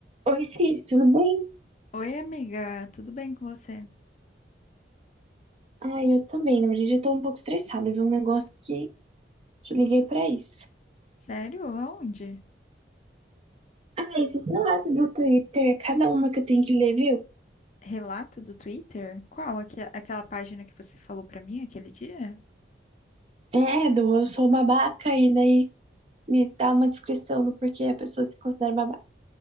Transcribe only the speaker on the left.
Oi, amiga, tudo bem com você?
Sério? Aonde?
Relato do Twitter? Qual? Aque- aquela página que você falou pra mim aquele dia?